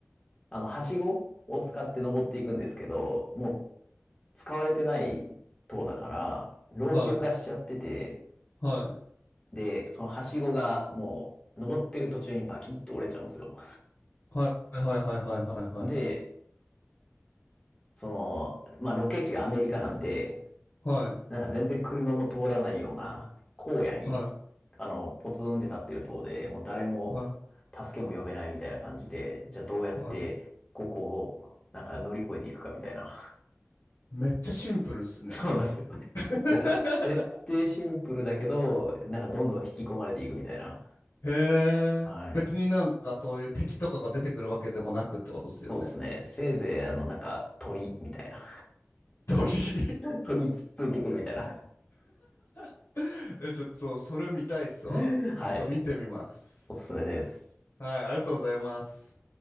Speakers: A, on the left; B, on the left.
A: あの、はしごを使って登っていくんですけど、もう使われてない塔だから、老朽化しちゃってて、
B: はい。はい。
A: で、そのはしごがもう登ってる途中にバキって折れちゃうんですよ。
B: はいはいはいはいはいはい。
A: で、その、まあ、ロケ地がアメリカなんで、
B: はい。
A: なんか全然車も通らないような荒野に、
B: は
A: あの、ポツンって立ってる塔で、もう誰も助けも呼べないみたいな感じで、
B: いはい
A: じゃあどうやってここをなんか乗り越えていくかみたいな。
B: はい。めっちゃシンプルっすね。
A: <laughs> そうなんですよ。
B: <laughs>
A: なんか設定シンプルだけど、なんかどんどん引き込まれていくみたいな。
B: へ
A: はい。
B: え。別になんかそういう敵とかが出てくるわけでもなくってことっすよね。
A: そうですね。せいぜいあの、なんか鳥みたいな。
B: 鳥。
A: <laughs> 鳥つっついてくるみたいな。
B: <laughs> え、ちょっと、それ見たいっすわ。
A: <laughs> はい。
B: ちょっと見てみます。
A: おすすめです。
B: はい、ありがとうございます。